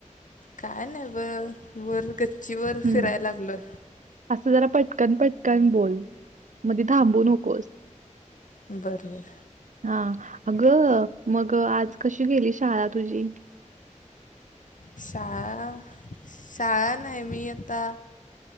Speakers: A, on the left; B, on the right.
A: काय नाही ब, वर गच्चीवर
B: हम्म
A: फिराय लागलोय.
B: असं जरा पटकन -पटकन बोल मधी थांबू नकोस.
A: बरं- बरं.
B: हा, अगं मग आज कशी गेली शाळा तुझी?
A: शाळा -शाळा नाही मी आता